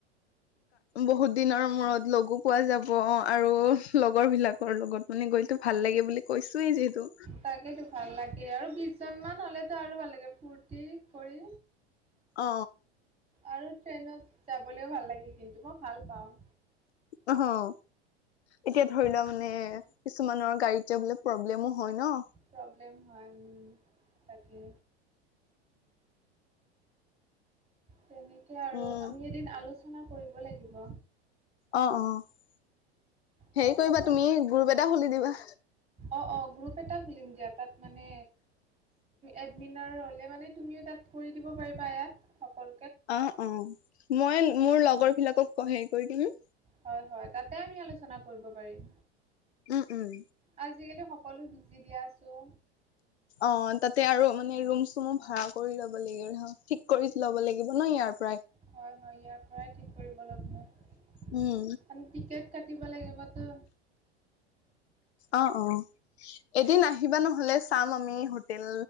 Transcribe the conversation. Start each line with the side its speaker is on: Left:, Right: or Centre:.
Left: বহুত দিনৰ মূৰত লগো পোৱা যাব আৰু লগৰ বিলাকৰ লগত মানে গইটো ভাল লাগে বুলি কৈছোয়েই যিহেতু।
Right: তাকেইেতো ভাল লাগে আৰু বিশজনমান হলেতো আৰু ভাল লাগে ফূুৰ্তি কৰি,
Left: অ।
Right: আৰু ট্ৰেইনত যাবলৈও ভাল লাগিল কিন্তু মই ভাল পাওঁ।
Left: অ', এতিয়া ধৰি লোৱা
Right: তেনেকে
Left: মানে কিছুমানৰ গাড়ীত এতিয়া বোলে প্ৰব্লেমো হয় ন?
Right: প্ৰব্লেম হয় উম, তাকে। তেনেকৈ আৰু
Left: উম
Right: আমি এদিন আলোচনা কৰিব লাগিব।
Left: অ', অ' হেৰি
Right: আলোচনা
Left: কৰিবা তুমি গ্ৰুপ এটা খুলি দিবা।
Right: অ', অ' গ্ৰুপ এটা খুলিম দিয়া তাত মানে এডমিনাৰ হলে মানে তুমিও তাত কৰি দিব পাৰিবা ইয়াত অকল
Left: অ', অ' মই মোৰ লগৰ বিলাকক হেৰি কৰি দিম।
Right: হয়, হয় তাতে আমি আলোচনা কৰিব পাৰিম।
Left: উম, উম।
Right: আজিকালি সকলো বিজি দিয়া আছোঁ।
Left: অ', তাতে আৰু মানে ৰুম চুমো ভাড়া কৰি ল'ব লাগিব ঠিক কৰি ল'ব লাগিব ন ইয়াৰ পৰাই।
Right: হয়, হয় ইয়াৰ পৰাই ঠিক কৰিব লগিব।
Left: উম
Right: আন টিকেট কাটিব লাগিব টো
Left: অ', অ' এদিন আহিবা নহ'লে চাম আমি হোটেল